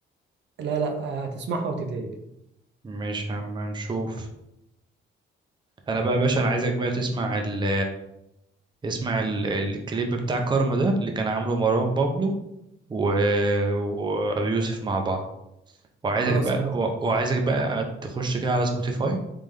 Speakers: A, on the right; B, on the right.
A: لا لا هتسمعها وتتعيد
B: مش عم نشوف انا بقى يا باشا انا عايزك بقى تسمع ال اسمع ال... الكليب بتاع كارما ده اللي كان عامله مروان بابلو و... وابي يوسف مع بعض وعايزك
A: خلاص
B: بقى
A: انا
B: و- وعايزك بقى تخش كده على سبوتيفاي